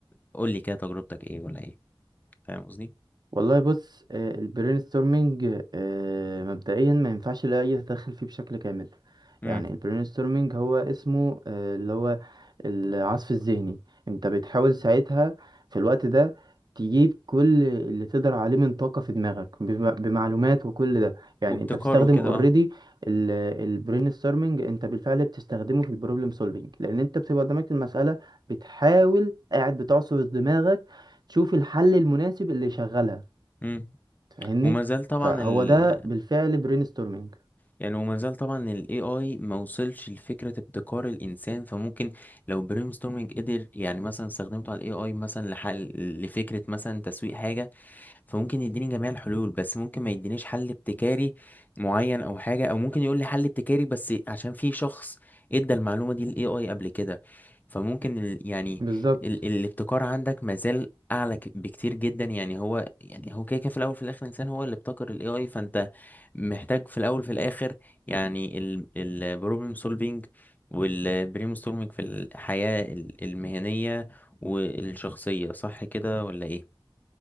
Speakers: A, on the left; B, on the right.
A: قول لي كده تجربتك ايه ولا ايه فاهم قصدي
B: والله بص آه، البرين ستورمنج مبدئيا ما ينفعش الاي يتدخل فيه بشكل كامل
A: امم
B: يعني البرين ستورمنج هو اسمه آه، اللي هو العصف الذهني انت بتحاول ساعتها في الوقت ده تجيب كل اللي تقدر عليه من طاقة في دماغك بم- بمعلومات وكل ده يعني
A: وابتكار
B: انت بتستخدم
A: وكده
B: اوريدي
A: اه
B: البرين ستورمنج انت بالفعل بتستخدمه في البروبلم سولفينج لان انت بتبقى قدامك المسألة بتحاول قاعد بتعصر دماغك تشوف الحل المناسب اللي يشغلها
A: امم
B: فاهمني
A: وما زال طبعا
B: فهو
A: ال
B: ده بالفعل برين ستورمينج
A: يعني وما زال طبعا ال AI ما وصلش لفكرة ابتكار الإنسان فممكن لو brainstorming قدر يعني مثلا استخدمته على ال AI مثلا لحل لفكرة مثلا تسويق حاجة فممكن يديني جميع الحلول بس ممكن ما يدينيش حل ابتكاري معين أو حاجة أو ممكن يقول لي حل ابتكاري بس عشان في شخص ادى المعلومة دي لل AI قبل كده فممكن ال يعني
B: بالظبط
A: ال الابتكار عندك ما زال أعلى ك- بكتير جدا يعني هو يعني هو كده كده في الأول وفي الآخر إنسان هو اللي ابتكر ال AI فأنت محتاج في الاول في الاخر يعني البروبلم سولفينج والبرين ستورمينج في الحياة ال- المهنية والشخصية صح كده ولا ايه